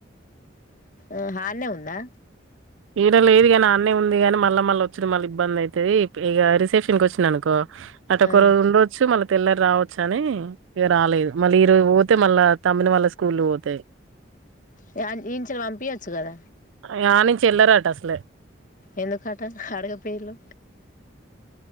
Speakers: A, on the left; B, on the right.
A: ఆ హన్నే ఉందా
B: ఇడ లేదు గనీ అన్న ఉంది గానీ మళ్ళా మళ్ళ ఒ స్తే మళ్ళ ఇబ్బంది అయిది ఇగ రిసెప్షన్కోచ్చిననుకో అటొక్క
A: ఆ.
B: రోజు ఉండొచ్చు మల్ల ల రావచ్చు అని ఇగ రాలేదు మళ్ళీ ఈరోజు పోతే మళ్ళా తమ్మిన వాళ్ళ స్కూల్ పోతాయి
A: ఇగ ఆన్ ఇంచోళి పంపియొచ్చు గద
B: ఇగ ఆనుచెల్లరటా అసలే
A: ఎందుకట అడుగ పేలు